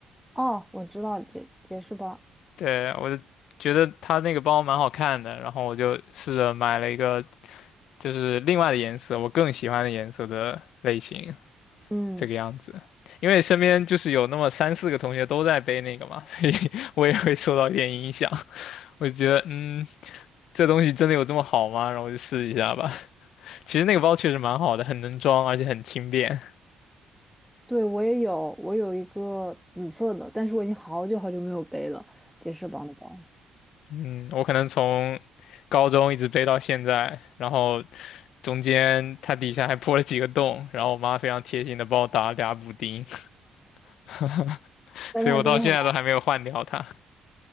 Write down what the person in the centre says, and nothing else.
哦，我知道杰杰士邦，
嗯，
对，我也有，我有一个紫色的，但是我已经好久好久没有背了杰士邦的包，
但它真的很。